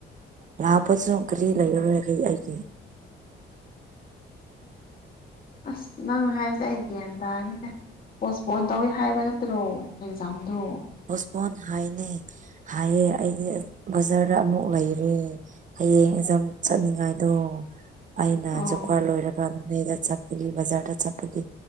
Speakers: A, on the right; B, on the left.
A: ꯂꯥꯛꯄꯁꯨ ꯀꯔꯤ ꯂꯩꯔꯔꯣꯏꯒ ꯑꯩꯒꯤ
B: ꯑꯁ ꯅꯪꯅ ꯍꯥꯏꯔꯤꯁꯦ ꯑꯩ ꯒ꯭ꯌꯥꯟ ꯇꯥꯔꯅꯤꯅꯦ ꯄꯣꯁꯄꯣꯟ ꯇꯧꯋꯤ ꯍꯥꯏꯕ ꯅꯠꯇ꯭ꯔꯣ ꯑꯦꯛꯖꯥꯝꯗꯣ
A: ꯍꯣꯁꯄꯣꯟ ꯍꯥꯏꯅꯦ ꯍꯥꯏꯌꯦ ꯑꯩꯗꯤ ꯕꯖꯥꯔꯗ ꯑꯃꯨꯛ ꯂꯩꯔꯦ ꯍꯌꯦꯡ ꯑꯦꯛꯖꯝ ꯆꯠꯅꯤꯡꯉꯥꯏꯗꯣ ꯑꯩꯅ
B: ꯑꯣ
A: ꯖꯀꯋꯥꯠ ꯂꯣꯏꯔꯒ ꯑꯗꯨꯩꯗꯄ ꯑꯩꯒꯤ ꯕꯖꯥꯔꯗ ꯆꯠꯄꯒꯤ